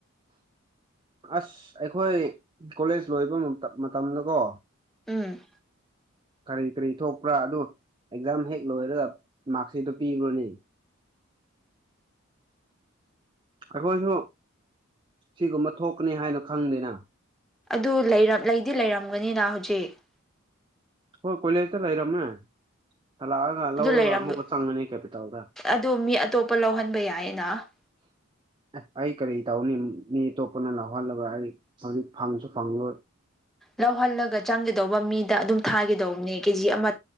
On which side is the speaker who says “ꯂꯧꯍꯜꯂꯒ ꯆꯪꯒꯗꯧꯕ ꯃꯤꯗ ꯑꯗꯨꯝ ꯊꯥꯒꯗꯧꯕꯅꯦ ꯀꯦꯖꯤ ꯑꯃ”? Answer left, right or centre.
Centre